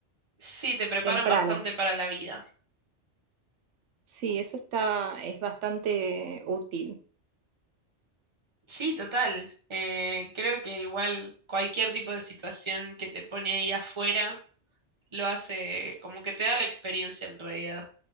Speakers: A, on the right; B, on the right.
A: Sí, te preparan
B: temprano.
A: bastante para la vida.
B: Sí, eso está, es bastante útil.
A: Sí, total. Eh, creo que igual cualquier tipo de situación que te pone ahí afuera lo hace como que te da la experiencia en realidad